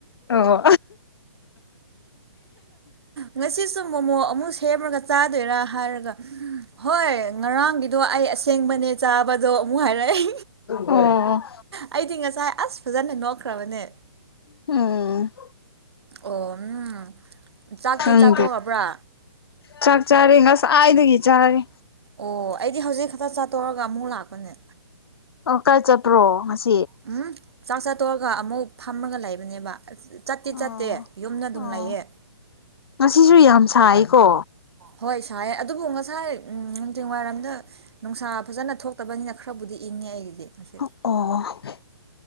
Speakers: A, on the left; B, on the right.
A: ꯑꯣ
B: ꯉꯁꯤꯁꯨ ꯃꯣꯃꯣ ꯑꯃꯨꯛ ꯁꯦꯝꯃꯒ ꯆꯥꯗꯣꯏꯔꯥ ꯍꯥꯏꯔꯒ ꯍꯣꯏ ꯉꯔꯥꯡꯒꯤꯗꯣ ꯑꯩ ꯑꯁꯦꯡꯕꯅꯦ ꯆꯥꯕ ꯗꯣ ꯑꯃꯨꯛ ꯍꯥꯏꯔꯛꯑꯏ
A: ꯑꯣ
B: ꯑꯩꯗꯤ ꯉꯁꯥꯏ ꯑꯁ ꯐꯖꯅ ꯅꯣꯛꯈ꯭ꯔꯕꯅꯦ
A: ꯎꯝ
B: ꯑꯣ ꯎꯝ ꯆꯥꯛꯇꯤ
A: ꯍꯪ
B: ꯆꯥꯊꯣꯛꯑꯕ꯭ꯔꯥ
A: ꯆꯥꯛ ꯆꯥꯔꯦ ꯉꯁꯥꯏꯗꯒꯤ ꯆꯥꯔꯦ
B: ꯑꯣ ꯑꯩꯗꯤ ꯍꯧꯖꯤꯛ ꯈꯛꯇ ꯆꯛꯆꯥꯇꯣꯛꯔꯒ ꯑꯃꯨꯛ ꯂꯥꯛꯄꯅꯦ
A: ꯑꯣ ꯀꯥꯏ ꯆꯠꯄ꯭ꯔꯣ ꯉꯁꯤ
B: ꯎꯝ ꯆꯥꯛ ꯆꯥꯠꯇꯧꯔꯒ ꯑꯃꯨꯛ ꯐꯝꯃꯒ ꯂꯩꯕꯅꯦꯕ ꯆꯠꯇꯦ
A: ꯑꯣ
B: ꯆꯠꯇꯦ ꯌꯨꯝꯗ ꯑꯗꯨꯝ
A: ꯑꯣ
B: ꯂꯩꯌꯦ
A: ꯉꯁꯤꯁꯨ ꯌꯥꯝ ꯁꯥꯏꯀꯣ
B: ꯍꯣꯏ ꯁꯥꯏ ꯑꯗꯨꯕꯨ ꯉꯁꯥꯏ ꯎꯝ ꯆꯖꯤꯡ ꯋꯥꯏꯔꯝꯗ ꯅꯨꯡꯁꯥ ꯐꯖꯅ ꯊꯣꯛꯇꯕꯅꯤꯅ ꯈꯔꯕꯨꯗꯤ ꯏꯪꯉꯦ ꯑꯩꯒꯤꯗꯤ
A: ꯑꯣ
B: ꯉꯁꯤ